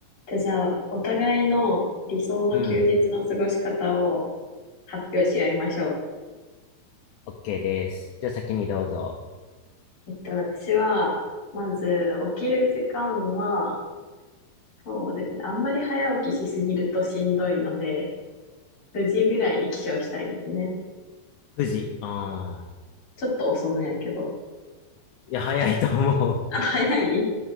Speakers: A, on the left; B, on the left.
A: で、じゃあ、お互いの理想の休日の過ごし方を
B: うん。
A: 発表し合いましょ
B: OK です。じゃあ先にどうぞ。
A: う。えっと、私は、まず、起きる時間は、そうですね。あんまり早起きしすぎるとしんどいので、9時ぐらいに起床したいですね。
B: 9時。ああ。
A: ちょっと遅めやけど。
B: いや、早いと思
A: あ、早い